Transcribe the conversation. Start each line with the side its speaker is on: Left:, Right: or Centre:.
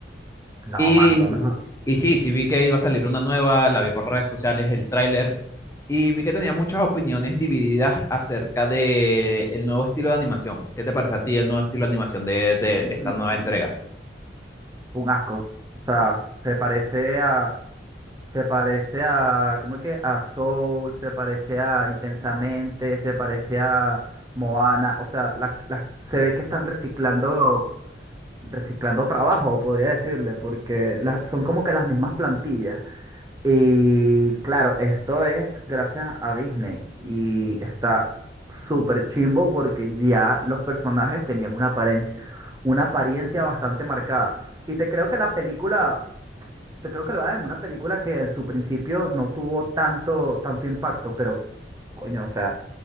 Right: No,
Left: Y,
Right: mano, lo mejor.
Left: y sí, sí vi que iba a salir una nueva, la vi por redes sociales, el tráiler, y vi que tenía muchas opiniones divididas acerca de el nuevo estilo de animación. ¿Qué te parece a ti el nuevo estilo de animación de, de, de esta
Right: no,
Left: nueva
Right: mm,
Left: entrega?
Right: un asco. O sea, se parece a. Se parece a. ¿Cómo es que? A Soul, se parece a Intensamente, se parece a Moana. O sea, las, las- se ve que están reciclando. Reciclando trabajo, podría decirle, porque la- son como que las mismas plantillas. Y claro, esto es gracias a Disney y está súper chimbo porque ya los personajes tenían una apariencia, una apariencia bastante marcada. Y te creo que la película, te creo que lo hagan en una película que en su principio no tuvo tanto, tanto impacto, pero coño, o sea,